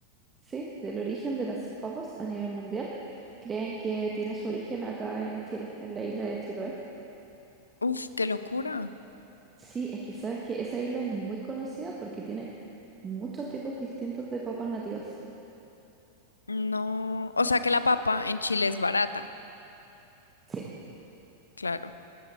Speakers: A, on the right (about 20°); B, on the left (about 75°).
A: Sí, del origen de las papas a nivel mundial, creen que tiene su origen acá en Chile, en la isla de Chiloé.
B: uf, qué locura.
A: Sí, es que sabes que esa isla es muy conocida porque tiene muchos tipos distintos de papas nativas.
B: No, o sea que la papa en Chile es barata,
A: Sí.
B: claro.